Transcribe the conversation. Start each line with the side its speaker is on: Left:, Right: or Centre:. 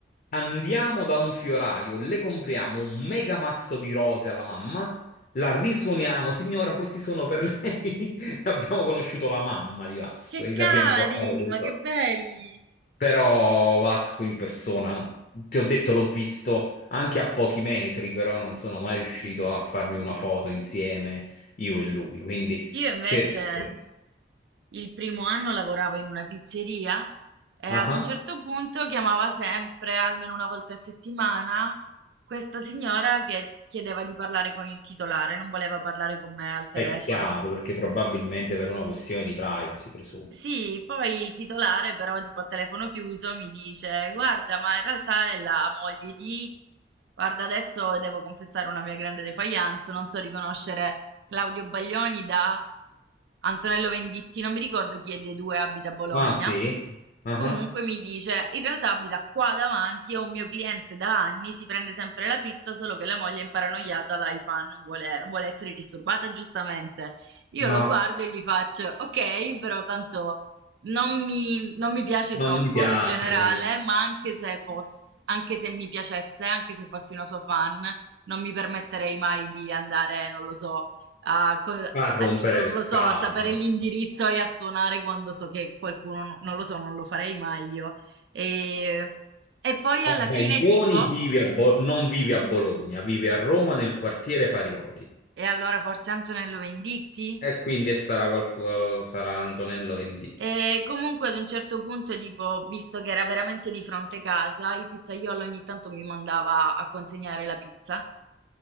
Left: andiamo da un fioraio, le compriamo un mega mazzo di rose alla mamma, la risuoniamo, signora, questi sono per lei. <laughs> Abbiamo conosciuto la mamma di Vasco
Right: Che
Left: e
Right: cari,
Left: l'abbiamo portata dentro.
Right: ma che belli!
Left: Però Vasco in persona no. Ti ho detto, l'ho visto anche a pochi metri, però non sono mai riuscito a farmi una foto insieme io e lui. Quindi
Right: Io invece.
Left: cerco questo.
Right: Il primo anno lavorava in una pizzeria e ad
Left: Ah, ah.
Right: un certo punto chiamava sempre, almeno una volta a settimana, questa signora che chiedeva di parlare con il titolare, non voleva parlare con me al telefono.
Left: È chiaro, perché probabilmente per una questione di privacy, presumo.
Right: Sì, poi il titolare però tipo a telefono chiuso mi dice guarda, ma in realtà è la moglie di... Guarda, adesso devo confessare una mia grande defiance, non so riconoscere Claudio Baglioni da Antonello Venditti, non mi ricordo chi è dei due abita a Bologna.
Left: Ma sì, Ah,
Right: Comunque
Left: ah.
Right: mi dice, in realtà abita qua davanti, è un mio cliente da anni, si prende sempre la pizza, solo che la moglie è imparanoiata da fan non vuole, non vuole essere disturbata giustamente. Io
Left: Ma
Right: lo guardo e gli faccio: "Okay, però tanto non mi non mi piace
Left: non
Right: troppo
Left: mi piace,
Right: in generale,
Left: quindi
Right: ma anche se foss anche se mi piacesse, anche se fossi una sua fan, non mi permetterei mai di andare, non lo so, a co
Left: fa rompere
Right: a tipo, non
Left: le
Right: lo
Left: scatole.
Right: so, a sapere l'indirizzo e a suonare quando so che qualcuno no non lo so, non lo farei mai io". Ehm, e poi
Left: Oh,
Right: alla
Left: Baglioni
Right: fine tipo
Left: vive a Bo- non vive a Bologna, vive a Roma nel quartiere Parioli.
Right: e allora forse Antonello Venditti?
Left: E quindi sarà qualcosa, sarà Antonello Venditti,
Right: E comunque ad un certo punto, tipo, visto che era veramente di fronte casa, il pizzaiolo ogni tanto mi mandava a consegnare la pizza